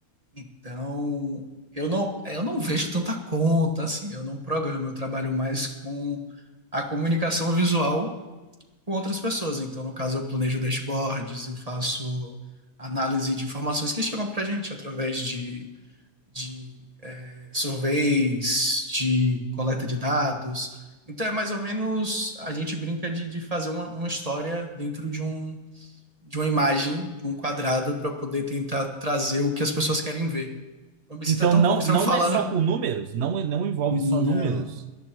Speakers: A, on the right; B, on the right.
A: Então, eu não, eu não vejo tanta conta, assim, eu não programo, eu trabalho mais com a comunicação visual com outras pessoas. Então, no caso, eu planejo dashboards, eu faço análise de informações que chegam para a gente através de, de eh, surveys, de coleta de dados. Então, é mais ou menos a gente brinca de, de fazer uma, uma história dentro de um, de uma imagem, de um quadrado, para poder tentar trazer o que as pessoas querem ver. Eu me
B: Então
A: sinto até
B: não
A: um pouco estranho
B: não
A: falando.
B: é só com números, não não envolve
A: Não.
B: só números.
A: O